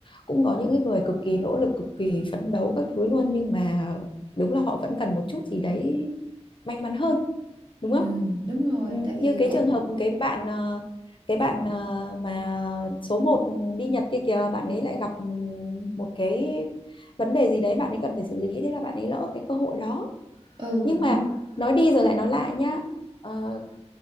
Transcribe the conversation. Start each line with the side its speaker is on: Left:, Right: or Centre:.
Left: cũng có những cái người cực kỳ nỗ lực cực kỳ phấn đấu các thứ luôn nhưng mà đúng là họ vẫn cần một chút gì đấy may mắn hơn đúng không
Right: Ừ, đúng rồi,
Left: ừ,
Right: tại vì
Left: như cái
Right: cũng
Left: trường hợp cái bạn ờ, cái bạn ờ, mà số một đi Nhật kia kìa bạn ấy lại gặp ừ, một cái vấn đề gì đấy bạn ấy cần phải xử lý thế là bạn ấy lỡ cái cơ hội đó
Right: ừ
Left: nhưng
Right: cũng
Left: mà nói đi rồi lại nói lại nhá Ờ,